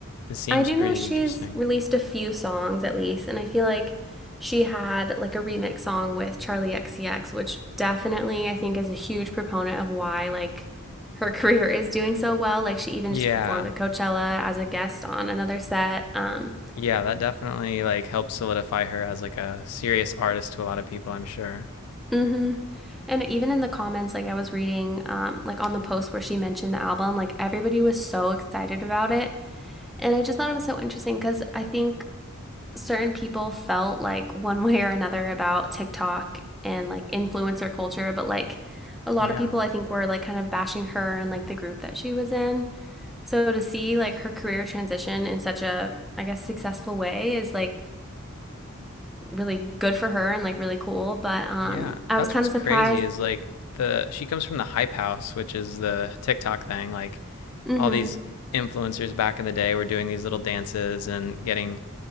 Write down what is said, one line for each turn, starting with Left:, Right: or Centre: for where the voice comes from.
Left: it seems
Centre: I do
Left: pretty
Centre: know she's
Left: interesting.
Centre: released a few songs at least, and I feel like she had like a remix song with Charlie XCX, which definitely I think is a huge proponent of why like her <laughs> career is doing so well. Like she even
Left: Yeah.
Centre: just performed at Coachella as a guest on another set. Um,
Left: Yeah, that definitely like helped solidify her as like a serious artist to a lot of people, I'm sure.
Centre: hmm And even in the comments, like I was reading, um, like on the post where she mentioned the album, like everybody was so excited about it. And I just thought it was so interesting because I think certain people felt like one way or another about TikTok and like influencer culture, but like a lot
Left: Yeah.
Centre: of people I think were like kind of bashing her and like the group that she was in. So to see like her career transition in such a I guess successful way is like really good for her and like really cool, but um
Left: Yeah.
Centre: I
Left: That's
Centre: was kind
Left: what's
Centre: of
Left: crazy
Centre: surprised.
Left: is like the she comes from the hype house, which is the TikTok thing. Like
Centre: Mhm.
Left: all these influencers back in the day were doing these little dances and getting